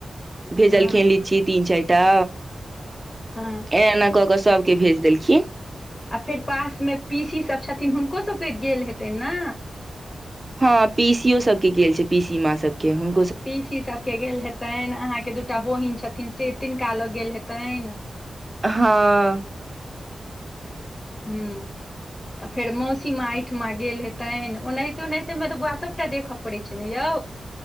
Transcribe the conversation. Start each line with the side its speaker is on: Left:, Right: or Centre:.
Right: भेजलखिन
Left: हँ
Right: लीची तीन चारिटा
Left: हँ
Right: ए एना कऽ कऽ सभके भेज देलखिन
Left: आ फेर पास मे पीसी सब छथिन हुनको सबके गेल हेतय ने
Right: हँ पीसि यो सब के गेल छै पीसी माँ सबके हु
Left: पीसी सबके गेल हेतनि अहाँके दूटा बहिन छथिन से तिनका लोग गेल हेतनि
Right: हँ
Left: हुँ तऽ फेर मौसीमा एहिठमा गेल हेतनि ओनाहिते ओनाहितेमे तऽ बुआ सभटा देखय पड़ैत छै ने यौ